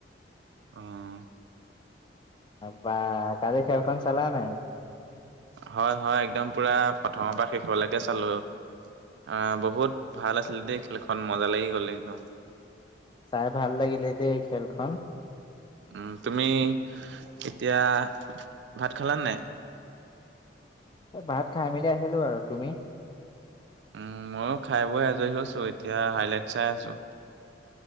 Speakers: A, on the right (about 75°); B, on the left (about 25°).
A: অ।
B: বা! কালি খেলখন চালা নাই?
A: হয়, হয়। একদম, পূৰা প্ৰথমৰ পৰা শেষলৈকে চালোঁ। অ'! বহুত ভাল আছিলে দেই খেলখন! মজা লাগি গ'ল একদম।
B: চাই ভাল লাগিলে দেই খেলখন।
A: উম! তুমি এতিয়া, ভাত খালা নাই?
B: ভাত খাই মেলি আহিলোঁ আৰু। তুমি?
A: উম! মইয়ো খাই বৈ আজৰি হৈছোঁ। এতিয়া, হাইলাইট চাই আছোঁ।